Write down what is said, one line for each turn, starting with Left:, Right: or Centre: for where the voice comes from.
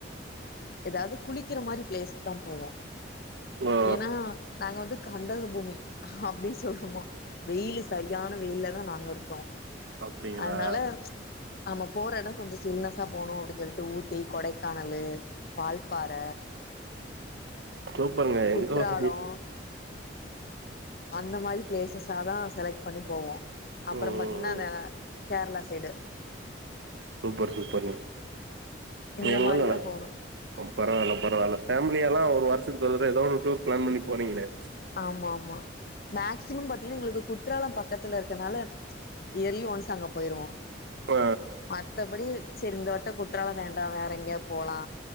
Left: ஏதாது குளிக்கிற மாரி பிளேஸ்க் தா போவோ
Right: ஓ
Left: ஏனா நாங்க வந்து கந்தக பூமி அப்டின் சொல்லுவோ வெயிலு சரியான வெயில்ல தா நாங்க இருக்கோ
Right: அப்டிங்களா
Left: அதனால நம்ம போற எடோ கொஞ்சோ சில்னஸா போணு அப்டின் சொல்ட்டு ஊட்டி கொடைக்கானலு வால்பாற
Right: சூப்பருங்க
Left: குற்றாலோ
Right: எங்க வசதி
Left: அந்த மாரி பிளேசஸ்ஸாதா செலக்ட் பண்ணி போவோ அப்றம்
Right: ம்
Left: பாத்தீங்னா அந்த கேரளா சைடு
Right: சூப்பர் சூப்பர்ங்க
Left: இந்த
Right: <unintelligible>
Left: மாரிதா போணு
Right: பரவால்ல பரவால ஃபேமிலியாலா ஒரு வருசத்துக்கு ஒரு தடவ ஏதோ ஒரு டூர் பிளான் பண்ணி போறீங்ளே
Left: ஆமா ஆமா மேக்சிமம் பாத்தீங்னா எங்ளுக்கு கு ற்றாலம் பக்கத்துல இருக்கனால இயர்லி ஒன்ஸ் அங்க போயிருவோ
Right: ஆ
Left: மத்தபடி சரி இந்தவட்ட குற்றால வேண்டா வேற எங்கேயாது போலா